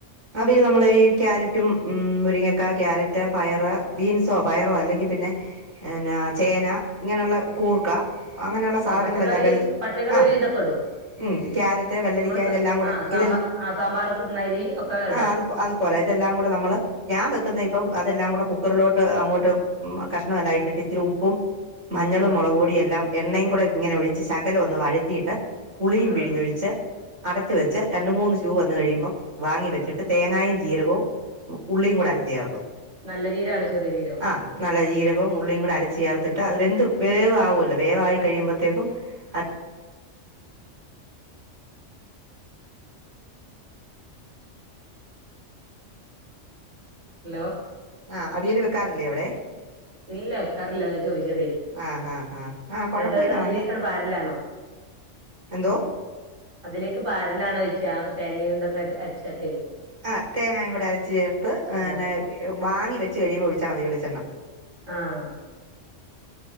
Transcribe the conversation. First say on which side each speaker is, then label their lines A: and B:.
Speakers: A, on the right; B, on the right.
A: അവൽ നമ്മൾ ഈ ക്യാരറ്റും മുരിങ്ങക്ക ക്യാരറ്റ് പയറ് ബീൻസോ പയറോ അല്ലെങ്കിൽ പിന്നെ പിന്നാ ചേന ഇങ്ങനെയുള്ള കൂർക്ക <unintelligible> അങ്ങനെയുള്ള സാധനങ്ങളല്ലെ
B: ആഹ് പച്ചക്കറി പച്ചക്കറി
A: ആ
B: ഒരു വിധൊക്കെ ഇടോ
A: ഉം ക്യാരറ്റ് വെള്ളരിക്ക
B: നമ്മള് സ
A: ഇതെല്ലാം കൂടെ
B: ആഹ് സാമ്പാ
A: ഇതെ
B: ആഹ് സാമ്പാറ്ക്ക്ട്ണാരി ഒക്കെ
A: ആ
B: ഇടാ
A: അത് അതുപോലെ ഇതെല്ലാം കൂടെ നമ്മള് ഞാൻ വെക്കുന്ന ഇപ്പ അതെല്ലാം കൂടെ കുക്കറിലോട്ട് അങ്ങോട്ട് കഷ്ണംമെല്ലാം ഇട്ടിട്ട് ഇച്ചരി ഉപ്പും മഞ്ഞളും
B: ആഹ്
A: മുളകക് പൊടിയും എല്ലാം എണ്ണയും കൂടെ ഇങ്ങനെ ഒഴിച്ച് ശകലം ഒന്ന് വഴത്തിയിട്ട് പുളിയും
B: ആഹ്
A: പിഴിഞ്ഞൊഴിച്ച് അടച്ച് വെച്ച് രണ്ട് മൂന്ന് ഷൂ വന്ന് കഴിയുമ്പോം വാി വെച്ചിട്ട്
B: ആഹ്
A: തേങ്ങായയും ജീരകവും ഉള്ളിയും കൂടെ അരച്ചു ചേർക്കും
B: നല്ല ജീരാണ് ചെറിയ ചീരോ
A: ആഹ് നല്ല ജീരകവും ഉള്ളിയും കൂടി അരച്ച് ചേർത്തിട്ട് അത് വെന്തു വേവകുമല്ലോ വേവായി കഴിയുമ്പോഴത്തേക്കും അത്
B: ഹലോ
A: ആ അവിയൽ വെക്കാറില്ലേ എവിടെ
B: ഇല്ല വക്കാറില്ല അതാ ചോദിച്ചതേ
A: ആഹ് ആഹ് ആഹ് ആഹ്
B: എന്നിട്ട്ത്
A: കുഴപ്പമില്ല
B: അതിലേക്കാണ്
A: നല്ല
B: പാരില്ലാണോ
A: എന്തോ
B: അതിലേക്ക് പാരലാാണ് കഴച്ചാ തേങ്ങയുംന്തൊക്കെ അരച്ചട്ടെ
A: ആ തേങ്ങായും കൂടി അരച്ച ചേർത്ത്
B: ആഹ്
A: ന്നെ വാങ്ങി വെച്ച് കഴിയുമ്പോൾ വിളിച്ചാൽ മതി വിളിച്ചെണ്ണ
B: ആഹ